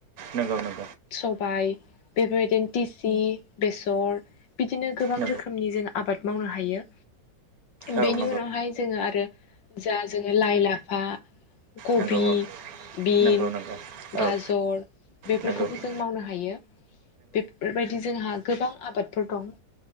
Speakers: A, on the right; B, on the left.
A: नंगौ नंगौ।
B: सबाय बेफोरबायदिनो टिसि बेसर बिदिनो गोबां
A: नंगौ
B: रोखोमनि जों आबाद मावनो हायो।
A: औ
B: बेनि
A: नंगौ
B: उनावहाय जोङो आरो जा जोङो लाइ लाफा कबि
A: नंगौ
B: बिन।
A: औ नंगौ नंगौ औ
B: गाजर बेफोरखौबो
A: नंगौ नंगौ औ
B: जों मावनो हायो। बेफोरबायदि जोंहा गोबां आबादफोर दं।